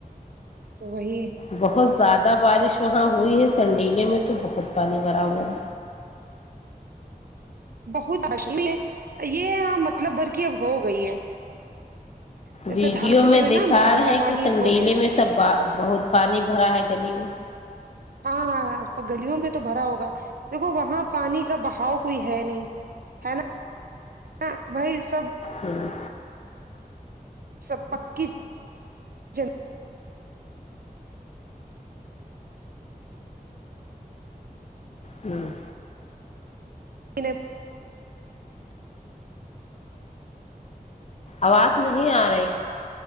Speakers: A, on the right (about 75°); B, on the left (about 45°).
A: وہی
B: بہت زیادہ بارش وہاں ہوئی ہے سنڈیلے میں تو بہت پانی بھرا ہوا ہے
A: بہت <unintelligible> ہے یہ ہاں مطلب بھر کی اب ہو گئی ہے ایسے
B: ویڈیو
A: دھان کھیت میں
B: دکھا
A: نا مت بھر
B: رہے
A: کا
B: ہیں
A: پانی
B: کہ سنڈیلے
A: اب ہو گیا ہے
B: میں سب با بہت پانی بھرا ہے گلی میں
A: ہاں ہاں گلیوں میں تو بھرا ہوگا دیکھو وہاں پانی کا بہاؤ کوئی ہے نہیں ہے نا بھائی سب
B: ہوں
A: سب پکی زمین
B: ہوں
A: <unintelligible>
B: آواز نہیں آ رہی